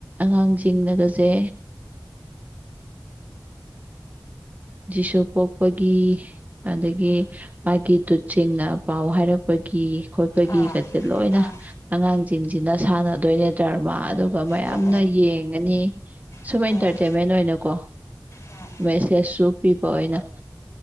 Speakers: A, on the right; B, on the left.
A: ꯑꯉꯥꯡꯁꯤꯡꯅꯒꯁꯦ ꯖꯤꯁꯨ ꯄꯣꯛꯄꯒꯤ ꯑꯗꯒꯤ ꯃꯥꯒꯤ ꯇꯨꯠꯁꯤꯡꯅ ꯄꯥꯎ ꯍꯥꯏꯔꯛꯄꯒꯤ ꯈꯣꯠꯄꯒꯤꯒꯁꯦ
B: ꯑꯥ
A: ꯂꯣꯏꯅ
B: ꯑꯥ
A: ꯑꯉꯥꯡꯁꯤꯡꯁꯤꯅ ꯁꯥꯟꯅꯗꯣꯏꯅꯦ ꯗꯔꯃ ꯑꯗꯨꯒ ꯃꯌꯥꯝꯅ
B: ꯑꯣ
A: ꯌꯦꯡꯉꯅꯤ ꯁꯨꯝ
B: ꯑꯣ
A: ꯑꯦꯟꯇꯔꯇꯦꯟꯃꯦꯟ ꯑꯣꯏꯅꯀꯣ
B: ꯑꯣ
A: ꯃꯦꯁꯦꯁ ꯁꯨ ꯄꯤꯕ ꯑꯣꯏꯅ